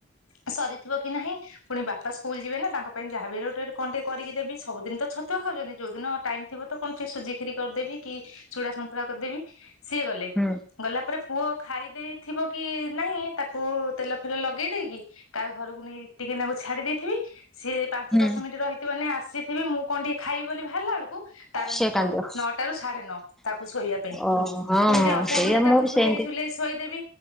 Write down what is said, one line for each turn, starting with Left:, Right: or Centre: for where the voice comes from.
Left: <inaudible> ସରିଥିବ କି ନାହିଁ ପୁଣି ବାପା ସ୍କୁଲ ଯିବେ ନା, ତାଙ୍କ ପାଇଁ ଯାହାବି ଗୋଟେ କଣ ଟିକେ କରିକି ଦେବି, ସବୁଦିନ ତ ଛତୁଆ ଖାଉଛନ୍ତି, ଯୋଉଦିନ ଟାଇମ ଥିବ ତ କଣ ଟିକେ ସୁଜି ଖିରି କରିଦେବି, କି ଚୁଡ଼ା ସନ୍ତୁଳା କରିଦେବି। ସିଏ ଗଲେ,
Centre: ହୁଁ
Left: ଗଲା ପରେ ପୁଅ ଖାଇ ଦେଇେଇଥିବ କି ନାହିଁ, ତାକୁ ତେଲ ଫେଲ ଲଗେଇ ଦେଇକି କାହା ଘରକୁ ନେଇକ ଟିକେ ନାକୁ ଛାଡି ଦେଇଥିବି। ସେ ପାଞ୍ଚ
Centre: ହୁଁ
Left: ଦଶ ସେମାନେ ଆସିଥିବେ, ମୁଁ କଣ ଟିକେ ଖାଇବି ବୋଲି ଭାରିଲା ବେଳକୁ ତାର
Centre: ସେ
Left: ନିଦ,
Centre: କାନ୍ଦିବ
Left: ନଅଟା ରୁ ସାଢେ ନଅ, ତାକୁ ଶୋଇବା ପାଇଁ
Centre: ଓହୋ ହଁ
Left: ପୁଣି
Centre: ହଁ
Left: ଯେ ଅଧଘଣ୍ଟେ
Centre: ସେଇଆ
Left: ତାକୁ
Centre: ମୁଁ ବି
Left: ଝୁଲେଇ
Centre: ସେମିତି
Left: ଝୁଲେଇ ଶୋଇଦେବି,